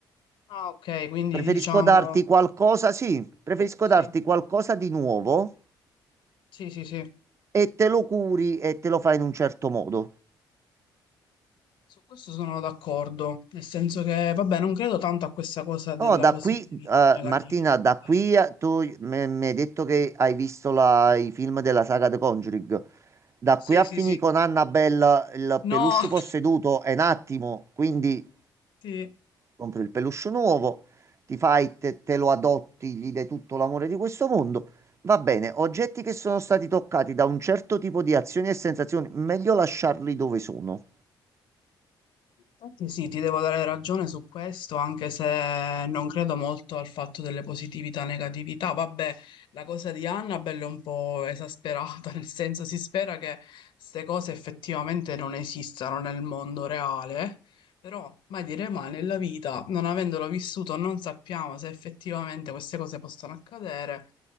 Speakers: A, on the left; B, on the right.
A: Ah, ok, quindi
B: Preferisco
A: diciamo
B: darti qualcosa, sì, preferisco
A: sì,
B: darti qualcosa di nuovo
A: sì, sì, sì,
B: e te lo curi e te lo fai in un certo modo.
A: su questo sono d'accordo, nel senso che, vabbè, non credo tanto a questa cosa della
B: No, da
A: positività,
B: qui, eh,
A: negatività,
B: Martina, da
A: però
B: qui a- tu mi mi hai detto che hai visto la- i film della saga The Conjuring. Da
A: sì,
B: qui a
A: sì,
B: finire
A: sì,
B: con Annabelle il
A: no,
B: peluche posseduto
A: <laughs>
B: è un attimo, quindi
A: sì,
B: compri il peluche nuovo, ti fai, te, te lo adotti, gli dai tutto l'amore di questo mondo. Va bene, oggetti che sono stati toccati da un certo tipo di azioni e sensazioni, meglio lasciarli dove sono.
A: Infatti Sì, ti devo dare ragione su questo, anche se non credo molto al fatto delle positività e negatività. Vabbè, la cosa di Annabelle è un po' esasperata, <laughs> nel senso si spera che queste cose effettivamente non esistano nel mondo reale, però mai dire mai nella vita, non avendolo vissuto, non sappiamo se effettivamente queste cose possono accadere.